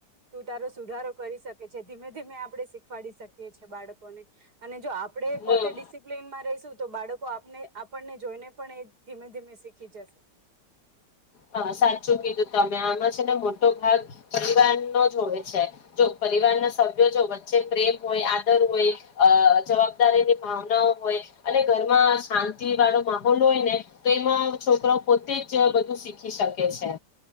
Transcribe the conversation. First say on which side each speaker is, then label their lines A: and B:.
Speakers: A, on the right; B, on the left.
A: તું તારો સુધારો કરી શક જે ધીમે ધીમે આપણે શીખ સીખવાડી શકીએ છીએ બાળકોને અને જો આપણે
B: હમ
A: પોતે ડિસિપ્લીનમાં રહીશું તો બાળકો આપને આપણને જોઈને પણ એ ધીમે ધીમે શીખી જશે.
B: હા, સાચું કીધું તમે આમાં છે ને મોટો ભાગ પરિવાર નો જ હોય છે. જો પરિવાર ના સ જોજો વચ્ચે પ્રેમ હોય, આદર હોય, અ જવાબદારીની ભાવનાઓ હોય, અને ઘરમાં શાંતિ વાળો માહોલ હોય ને તો એમાં છોકરા પોતે જ બધું શીખ શિખી શકે છે,